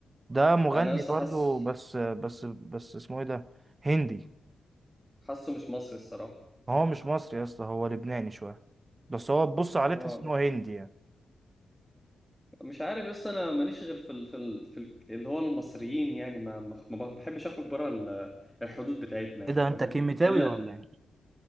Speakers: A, on the right; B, in the centre.
A: ده مغني
B: انا يا اسطى
A: برضو
B: حاسه
A: بس بس بس اسمه إيه ده هندي
B: حاسه مش مصري الصراحه
A: هو مش مصري يا اسطى هو لبناني شوية بس هو تبص عليه
B: اه
A: تحس إن هو هندي يعني
B: مش عارف يا اسطى انا ماليش غير في ال... في ال... في ال... اللي هو المصريين يعني ما ما ما بحبش اخرج بره ال... الحدود بتاعتنا يعني
A: ايه ده
B: فاهم
A: انت كيميتاوي
B: الا
A: ولا ايه